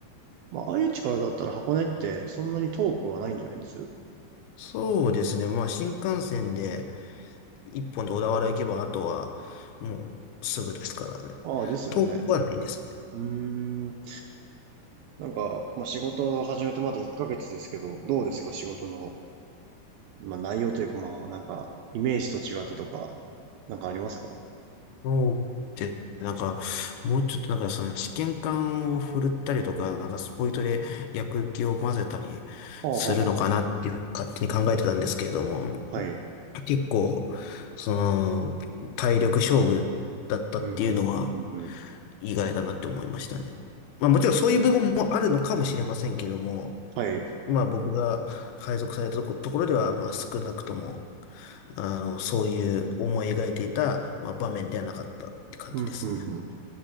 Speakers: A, on the right; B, on the left.
A: まあ、愛知からだったら箱根ってそんなに遠くはないんじゃないんです
B: そうですね。まあ、新幹線で一本で小田原行けば、あとはもうすぐですからね。
A: ああ、ですよね。
B: 遠くはないですね。
A: うーん。なんか、まあ、仕事を始めてまだ1ヶ月ですけど、どうですか仕事の、まあ、内容というか、まあ、なんか、イメージと違ったとか、なんかありますかあ
B: そうで、なんか、もうちょっとなんかその試験管を振るったりとか、なんかスポイトで薬液を混ぜたりするのかなっていうふうに勝手に考えてたんですけれども、
A: あ、はははは。はい。
B: 結構、その、体力勝負だったっていうのは
A: うん、うん、うん、うん、うん。
B: 意外だなって思いましたね。まあもちろんそういう部分もあるのかもしれませんけども、
A: はい。
B: まあ僕が配属されたとこ、ところでは、まあ少なくとも、あの、そういう思い描いていた、まあ場面ではなかったって感じですね。
A: うん、うん、うん